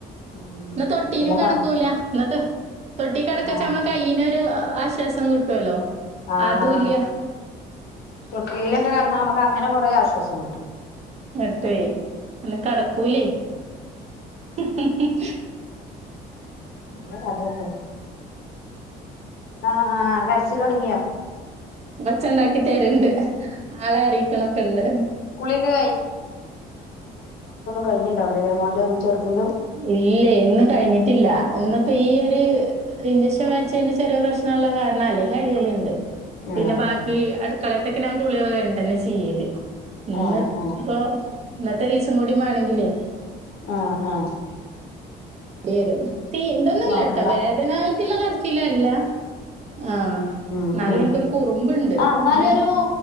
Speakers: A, on the left (about 70°); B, on the right (about 40°).
A: ഉം
B: ഇന്നു തൊട്ടിയിലും
A: പിന്നെ
B: കിടക്കൂല്ല
A: പ
B: ഇന്നത്തെ തൊട്ടി കിടക്കച്ച
A: ആഹ്
B: നമ്മെ കൈയിനെ ആശ്വാസം കിട്ടുവല്ലോ
A: ആഹ
B: അതും ഇല്ല
A: തൊട്ടിലിയിലൊക്കെ കടന്ന് നമ്മുക്ക് അങ്ങനെ കൊറെേ ആശ്വാസം സം കുട്ടും
B: എട്ടപയി അന്ന കടക്കൂലേ ഉം....
A: അതെ അതെ പോ ആഹ കരച്ചിൽ ചിലോടി
B: ഓച്ച ഉണ്ടാക്കി തരുണ്ട് ആളെ അറിയിക്കണൊക്കെണ്ട്
A: കുളിയൊക്കെ കഴിഞ്ഞണ്ടാവുല്ലേ മോന്റെ ഒന്നും ചെറുതിന്റെ
B: ഇല്ലേ ഇന്ന് കഴിഞ്ഞിട്ട് പില്ല ഇന്നിപ്പോ ഈ ഒരു ഇൻജെക്ഷൻ വച്ചതിന്റെ ചെറിയ പ്രശ്നമുള്ള കാരണമല്ലേ ഈ കഴിയലിണ്ട് പിന്നെ
A: ആഹ്
B: ബാക്കി അടു കളയത്തൊകെയൊക്കെ കുളിയൊക്ക വേണ്ട തന്നെ ചെയ്യല് ഇന്നപ്പൊ
A: ആഹ് ആഹ്
B: ഇന്നത്തെരീസുംകൂടിമാേണെങ്കിലേ
A: ആഹ ആഹ
B: ഇടി വരും തി എന്തൊന്നുംല്ല
A: നോക്കണ്ട
B: കേട്ടോ വേദനായിട്ടുള്ള കരച്ചിൽ അല്ല ആഹ
A: ഉം
B: എന്നാലും
A: ഉം
B: എനിക്കൊരു കുറുമ്പുയുണ്ട്
A: എന്നാലും
B: ആ
A: ഒരു